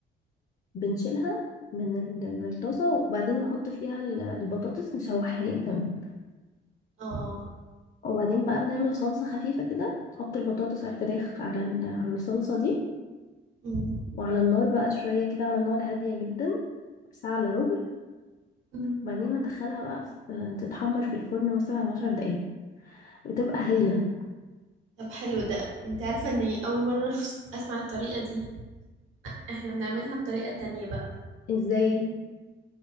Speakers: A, on the left (about 45°); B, on the right (about 85°).
A: بنشيلها من ال- من الطاسة وبعدين نحط فيها ال- البطاطس نشوحها هي كمان
B: اه
A: وبعدين بقى بنعمل صلصة خفيفة كده نحط البطاطس على الفراخ على ال- على الصلصة دي
B: مم.
A: وعلى النار بقى شوية كده على نار هادية جدا ساعة إلا ربع
B: مم.
A: وبعدين ندخلها بقى في تتحمر في الفرن مثلا عشر دقايق بتبقى هايلة
B: طب حلو ده انت عارفة اني اول مرة أف- اسمع الطريقة دي احنا بنعملها بطريقة تانية بقى
A: ازاي؟